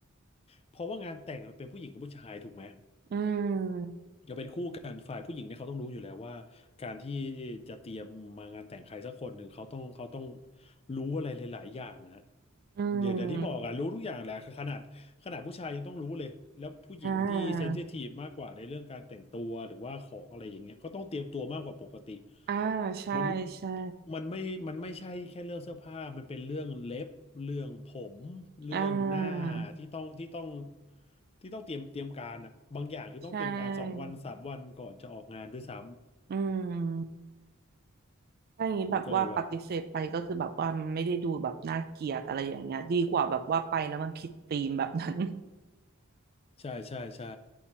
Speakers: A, on the left; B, on the right.
A: เพราะว่างานแต่งมันเป็นผู้หญิงกับผู้ชายถูกไหม
B: อืม
A: ก็เป็นคู่กันฝ่ายผู้หญิงเนี่ยเขาต้องรู้อยู่แล้วว่าการที่จะเตรียมมางานแต่งใครสักคนหนึ่งเขาต้องเขาต้องรู้อะไรหลายๆอย่างนะฮะ
B: อื
A: เดี๋ยวเดี๋ยวที่บอกอะรู้ทุกอย่างแหละขนาดขนาดผู้ชายยังต้องรู้เลยแล้วผู้หญิงที่เซนซิทีฟมากกว่าในเรื่องการแต่งตัวหรือว่าของอะไรอย่างเงี้ยก็ต้องเตรียมตัวมากกว่าปกติ
B: มอ่าอ่าใช่ใช่
A: มันมันไม่มันไม่ใช่แค่เรื่องเสื้อผ้ามันเป็นเรื่องเล็บเรื่องผมเรื่องหน้า
B: อ่า
A: ที่ต้องที่ต้อง ที่ต้องเตรียมเตรียมการอ่ะบางอย่างคือต้องเตรียมการสองวันสามวันก่อนจะออกงานด้วยซ้
B: ใช่ อืมถ้าอย่างนี้แบบว่าปฏิเสธไปก็คือแบบว่ามันไม่ได้ดูแบบน่าเกลียดอะไรอย่างเงี้ยดีกว่าแบบว่าไปแล้วมันผิดธีมแบบนั้น
A: ำมันก็เลยแบบใช่ใช่ใช่